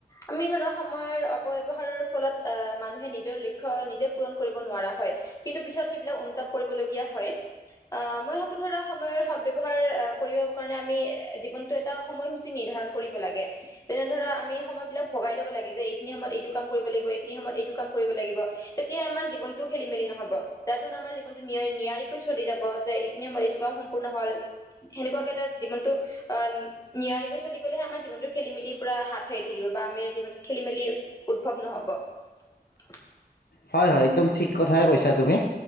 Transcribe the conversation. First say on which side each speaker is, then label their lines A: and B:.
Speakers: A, on the left (about 20°); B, on the left (about 80°).
A: আমি ধৰা সময়ৰ অপব্যৱহাৰৰ ফলত অহ মানুহে নিজৰ লক্ষ্য নিজে পূৰণ কৰিব নোৱাৰা হয় কিন্তু পিছত সেইবিলাক অনুতাপ কৰিবলগীয়া হয় আহ মই ভাবো ধৰা সময়ৰ সদব্য়ৱহাৰ আহ কৰিব কাৰণে আমি জীৱনতটো এটা সময় নিৰ্ধাৰণ কৰিব লাগে। যেনে ধৰা আমি সময় বিলাক ভগাই লব লাগে যে এইখিনি সময়ত এইটো কাম কৰিব লাগিব এইখিনি সময়ত এইটো কাম কৰিব লাগিব তেতিয়া আমাৰ জীৱনটো খেলি মেলি নহব। যাৰ ফলত আমাৰ জীৱনটো নিয়াৰিকৈ চলি যাব যে এইখিনি সময়ত এইটো কাম সম্পূৰ্ণ হল সেনেকুৱাকে তাত জীৱনটো অ' নায়াৰিকৈ চলি গলেহে আমাৰ জীৱনটো খেলি মেলি পৰা হাত সাৰি থাকিব বা আমি জীৱনটোত খেলি- মেলি উদ্ভৱ নহব।
B: হয়- হয় একদম ঠিক কথাই কৈছা তুমি